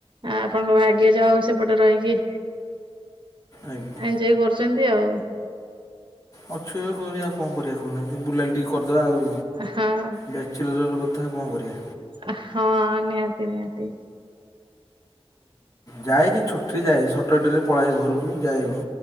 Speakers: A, on the right; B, on the left.
A: ଆ ଆପଣଙ୍କ ଭାଗ୍ୟ ଯାହା ହଉ ସେପଟେ ରହିକି
B: ଆଜ୍ଞା।
A: ଏଞ୍ଜୟ କରୁଚନ୍ତି ଆଉ
B: ଅଛୁ ଏବେ କରିବା କଣ କରିବା କହୁନାହାଁନ୍ତି ବୁଲାବୁଲି ଟିକେ କରିଦବା ଆଉ
A: ହଁ।
B: ବ୍ୟାଚଲରର କଥା ଆଉ କଣ କରିବା।
A: ଅ ହଁ ନିହାତି ନିହାତି।
B: ଯାଏଯେ ଛୁଟିରେ ଯାଏ ସଟରଡେରେ ପଳାଏ ଘରକୁ ଯାଏ